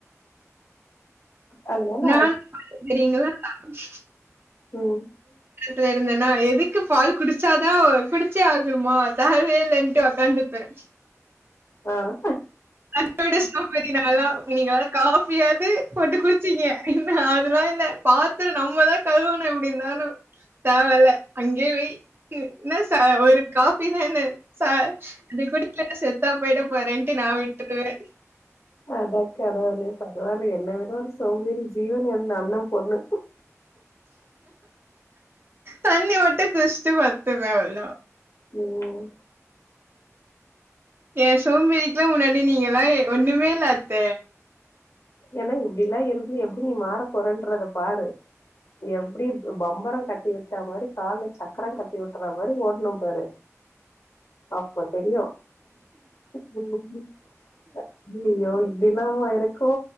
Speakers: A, on the left; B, on the right.
A: அதனால
B: நானும்றீங்களா <inaudible>
A: உம்
B: ல இருந்தேன்னா எதுக்கு பால் குடிச்சாதா குடிச்சே ஆகணுமா தரவே இல்லன்ட்டு உக்காந்துப்பேன்
A: ஆஹ்
B: அன்போட சப்பதினாம் நீங்கள கா ஃபியாது போட்டு குடிச்சிங்க இல்ல அதெல்லாம் இல்லை பாத்து நம்மதான் கழுவணும் எப்டி இருந்தாலும் தேவல அங்கே வை என்ன ச ஒரு காபி தானே ச அது குடிக்கலனா செத்தா போயிட போறேன்ட்டு நா விட்டுருவே
A: அட கடவுளே பரவாயில்ல என்ன விட ஒரு சோம்பேறி ஜீவன் அந்த அண்ணன் பொண்ணு
B: தண்ணி மட்டும் குடிஸ்டு படுத்துவே அவ்ளோ தா
A: உம்
B: ஏன் சோம்பறிக்குல்லாம் முன்னாடி நீங்க எல்லாம் ஒண்ணுமேல்ல அத்த
A: ஏன்னா இப்டிலா இருந்து எப்டி நீ மாற போறன்றத பாரு எப்டி பம்பரம் கட்டி விட்ட மாரி கால்ல சக்கரம் கட்டி விட்ர மாரி ஓடனும் பாரு அப்போ தெரியும் <unintelligible> தினமும் இருக்கோ